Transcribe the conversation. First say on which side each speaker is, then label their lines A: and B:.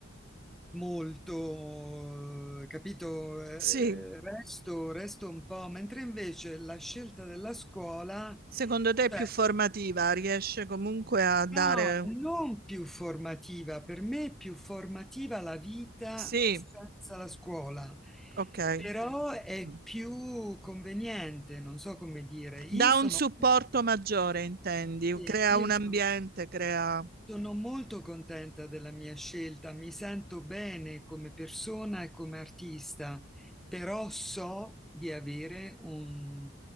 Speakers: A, in the centre; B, on the right (about 45°).
A: molto, eh, capito? Eh,
B: Sì. Mm.
A: resto, resto un po', mentre invece la scelta della scuola,
B: Secondo te
A: cioè,
B: è più formativa? Riesce comunque a dare...
A: no, non più formativa, per me è più formativa la vita
B: Sì,
A: senza la scuola,
B: ok.
A: però è
B: Mm.
A: più conveniente, non so come dire. Io
B: Dà
A: sono...
B: un supporto maggiore, intendi?
A: sì,
B: Crea
A: Io
B: un ambiente,
A: sono
B: crea...
A: Sono molto contenta della mia scelta, mi sento bene come persona e come artista, però so di avere un,